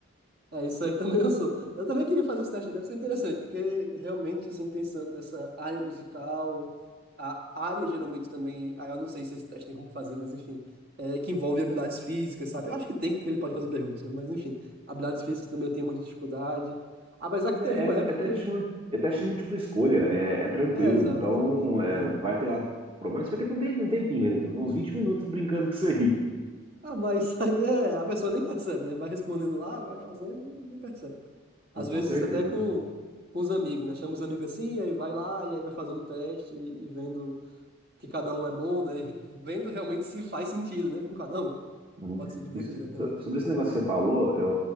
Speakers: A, on the right (about 50°); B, on the right (about 25°).
A: É, isso aí <laughs> também eu sou. Eu também queria fazer esse teste, deve ser interessante, porque realmente, assim, pensando nessa área musical, a área geralmente também, ah, eu não sei se esse teste tem como fazer, mas enfim, é, que envolve habilidades físicas, sabe? Eu acho que tem, porque ele pode fazer perguntas, né? Mas enfim, habilidades físicas também eu tenho muita dificuldade.
B: <laughs>
A: Apesar
B: Mas
A: que
B: é,
A: teve uma
B: é,
A: época
B: é teste,
A: que eu
B: de- é teste de múltipla escolha, é, é tranquilo.
A: É, exato,
B: Então,
A: exato.
B: é,
A: né?
B: vai
A: É.
B: ter lá. O problema é que você vai ter que ter um tem- um tempinho, beleza? Uns vinte minutos brincando com isso aí. <laughs>
A: Ah, mas <laughs> isso aí é. A pessoa nem percebe, né? Vai respondendo lá, vai fazendo e nem percebe. Às
B: Ah, com
A: vezes
B: certeza.
A: até com, com os amigos, né? Chama os amigos assim, e aí vai lá, e aí vai fazendo o teste e, e vendo que cada um é bom, né? E vendo realmente se faz sentido, né? Com cada um.
B: Uhum.
A: Pode ser divertido
B: Isso-
A: até
B: so-
A: uma atividade.
B: sobre esse negócio que você falou, eu,